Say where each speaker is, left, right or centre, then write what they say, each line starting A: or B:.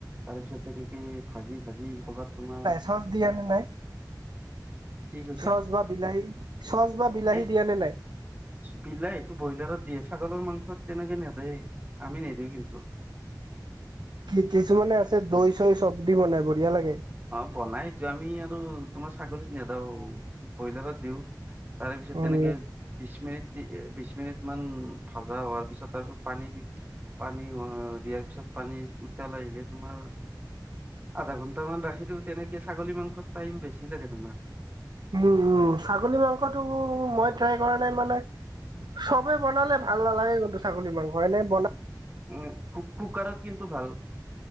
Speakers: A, on the right; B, on the right.
A: তাৰ পিছত তেনেকে ভাজি ভাজি কৰ'বাত তোমাৰ
B: চজ দিয়া নে নাই?
A: কি কৈছে
B: চচ বা বিলাহী, চচ বা বিলাহী
A: এ
B: দিয়া নে নাই?
A: বিলাহীটো বইলাৰত দিয়ে, ছাগলৰ মাংসত তেনেকে নেদে, আমি নেদেও কিন্তু।
B: কি কিছুমানে আছে দৈ চৈ চব দি বনাই বঢ়িয়া লাগে।
A: অঁ বনাই এইটো আমি আৰু তোমাৰ ছাগলীত নেদাও ব্ৰইলাৰত দিওঁ তাৰে পিছত
B: উম।
A: তেনেকে বিশ মিনিট বিশ মিনিট মান ভাজা হোৱাৰ পিছত তাৰপিছত পানী দিওঁ। পানী দিয়াৰ পিছত পানী উতালাই আহিলে, তোমাৰ আধা ঘন্ট মান ৰাখ সেইটো তেনেকে ছাগলী মাংসত টাইম বেছি লাগে তোমাৰ।
B: উম উম, ছাগলী মাংসটো মই ট্ৰাই কৰা নাই মানে চবে বনালে ভাল নালাগে কিন্তু চাগলী মাংস এনেই বনা
A: উম, কু কুকাৰত কিন্তু ভাল।